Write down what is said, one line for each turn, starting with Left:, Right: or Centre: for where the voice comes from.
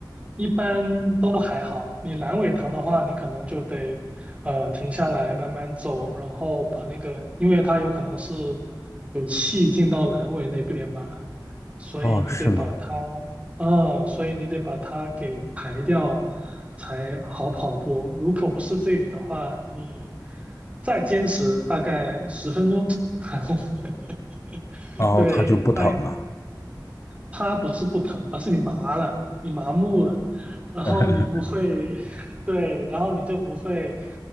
Right: 一般都还好。你阑尾疼的话，你可能就得呃停下来慢慢走，然后把那个，因为它有可能是气进到阑尾那边吧，所以你得把它，
Left: 哦，是吗？
Right: 嗯，所以你得把它给排掉才好跑步。如果不是这里的话，你再坚持大概十分钟。<laughs>
Left: 然后它就不疼了。
Right: 对，大它不是不疼，而是你麻了，你麻木了，然后你不会，
Left: <laughs>
Right: <laughs> 对，然后你就不会